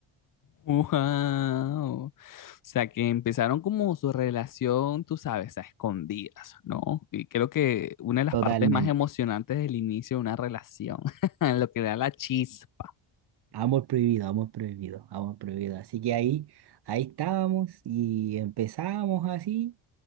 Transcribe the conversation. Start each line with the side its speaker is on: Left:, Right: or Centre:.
Left: Wow. O sea que empezaron como su relación, tú sabes, a escondidas, ¿no? Y creo que una de las
Right: totalmente.
Left: partes más emocionantes del inicio de una relación, <laughs> lo que da la chispa.
Right: Amor prohibido, amor prohibido, amor prohibido. Así que ahí, ahí estábamos y empezábamos así.